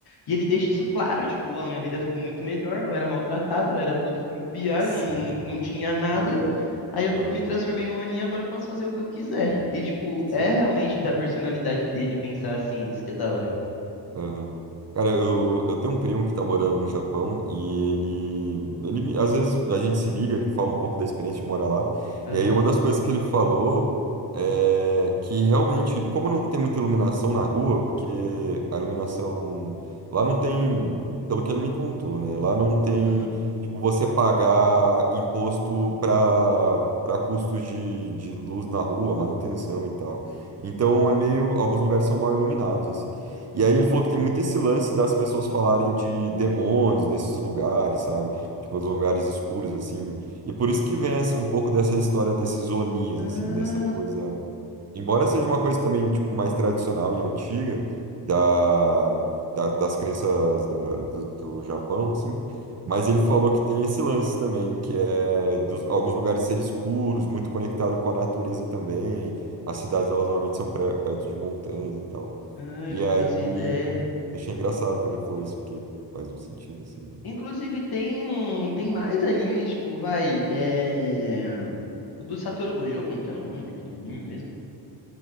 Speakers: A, on the left; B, on the right.
A: e ele deixa isso claro, tipo, a minha vida ficou muito melhor, eu era maltratado, eu era todo estrupiado,
B: sim,
A: não, não, não
B: <laughs>
A: tinha nada,
B: verdade.
A: Aí eu
B: aham,
A: me transformei num aninho, agora eu posso fazer o que eu quiser. E, tipo,
B: sim.
A: é realmente da personalidade dele pensar assim, isso que é da hora.
B: Aham. Cara, eu, eu tenho um primo que tá morando no Japão e ele, ele, me- às vezes a gente se liga, ele fala um pouco da experiência de morar lá.
A: Aham,
B: E aí uma das coisas que ele falou é que realmente, como não tem muita iluminação na rua, porque a iluminação lá não tem, pelo que ele me contou, né? Lá não tem,
A: aham.
B: tipo, você pagar imposto para para custos de, de luz na rua, manutenção e tal. Então é meio, alguns lugares são mal iluminados assim. E aí ele falou que tem muito esse lance das pessoas falarem de demônios nesses lugares, sabe? Tipo, os lugares escuros, assim. E por isso que vem essa- um pouco dessa história desses Onis,
A: Ah,
B: assim, dessa coisa. Embora seja uma coisa também, tipo, mais tradicional e antiga da, da- das crenças da- do, do Japão, assim. Mas ele falou que tem esse lance também, que é dos, alguns lugares serem escuros, muito conectado com a natureza também. As cidades, elas normalmente são pré- perto de montanhas e tal.
A: ah,
B: E
A: eu não
B: aí,
A: fazia ideia.
B: achei engraçado quando ele falou isso, porque faz um sentido assim, né?
A: Inclusive, tem, um- tem mais animes, tipo, vai, é... O do Satoru Gojo, como que é o nome daquele anime mesmo?